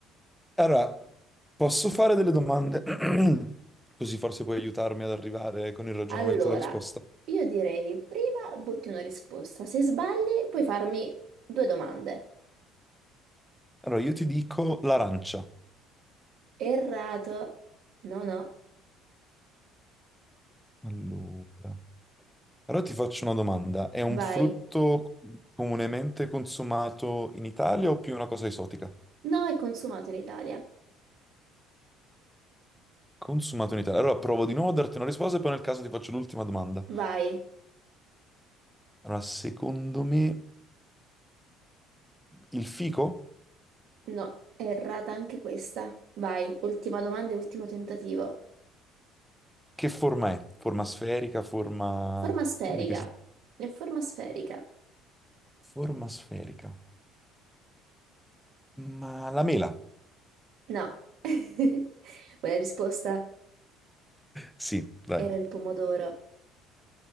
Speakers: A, in the centre; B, on the right (about 55°).
A: allora, posso fare delle domande? <clears throat> Così forse puoi aiutarmi ad arrivare con il ragionamento
B: Allora,
A: alla risposta.
B: io direi prima butti una risposta. Se sbagli, puoi farmi due domande.
A: Allora, io ti dico l'arancia.
B: Errato. No, no.
A: Allora, allora ti faccio una domanda. È un
B: Vai.
A: frutto comunemente consumato in Italia o più una cosa esotica?
B: No, è consumato in Italia.
A: Consumato in Italia. Allora provo di nuovo a darti una risposta e poi nel caso ti faccio l'ultima domanda.
B: Vai.
A: Allora, secondo me il fico
B: No, è errata anche questa. Vai. Ultima domanda e ultimo tentativo.
A: che forma è? Forma sferica, forma
B: Forma sferica.
A: di che si...
B: È forma sferica.
A: Forma sferica. Ma la mela?
B: No. <laughs> Quella risposta
A: Sì, dai.
B: era il pomodoro.